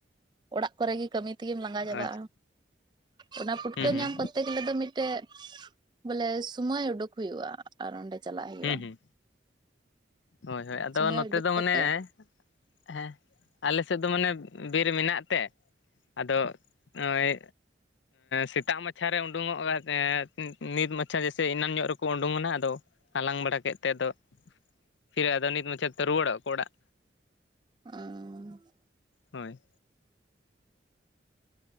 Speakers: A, on the right; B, on the left.
A: ᱚᱲᱟᱜ ᱠᱚᱨᱮ ᱜᱮ ᱠᱟᱹᱢᱤ ᱛᱮᱜᱮᱢ ᱞᱟᱸᱜᱟ ᱪᱟᱵᱟᱜᱼᱟ᱾
B: ᱟᱪᱪᱷᱟ
A: ᱚᱱᱟ ᱯᱷᱩᱴᱠᱟᱹ
B: ᱦᱩᱸ ᱦᱩᱸ
A: ᱧᱟᱢ ᱠᱚᱨᱛᱮ ᱜᱮᱞᱮ ᱫᱚ ᱢᱤᱫᱴᱮᱡ ᱵᱚᱞᱮ ᱥᱚᱢᱚᱭ ᱩᱰᱩᱠ ᱦᱩᱭᱩᱜᱼᱟ ᱟᱨ ᱚᱸᱰᱮ ᱪᱟᱞᱟᱜ ᱦᱩᱭᱩᱜᱼᱟ᱾
B: ᱦᱩᱸ ᱦᱩᱸ ᱦᱳᱭ ᱦᱳᱭ ᱟᱫᱚ
A: ᱥᱚᱢᱚᱭ
B: ᱱᱚᱛᱮ
A: ᱩᱰᱩᱠ
B: ᱫᱚ
A: ᱠᱟᱛᱮᱜ
B: ᱢᱟᱱᱮ, ᱦᱮᱸ ᱟᱞᱮᱥᱮᱫ ᱫᱚ ᱢᱟᱱᱮ ᱵᱤᱨ ᱢᱮᱱᱟᱜ ᱛᱮ, ᱟᱫᱚ ᱳᱭ, ᱥᱮᱛᱟᱜ ᱢᱟᱪᱷᱟ ᱨᱮ ᱩᱰᱩᱝᱚᱜ ᱮ ᱱᱤᱛ ᱢᱟᱪᱷᱟ ᱡᱮᱭᱥᱮ ᱮᱱᱟᱱ ᱧᱚᱜ ᱨᱮᱠᱚ ᱩᱰᱩᱝᱱᱟ ᱟᱫᱚ, ᱦᱟᱞᱟᱝ ᱵᱟᱲᱟ ᱠᱮᱫᱛᱮ ᱟᱫᱚ, ᱯᱷᱤᱨ ᱟᱫᱚ ᱱᱤᱛ ᱢᱩᱪᱮᱫ ᱛᱮ ᱨᱩᱣᱟᱲ ᱠᱚ ᱚᱲᱟᱜ,
A: <unintelligible>
B: ᱦᱳᱭ᱾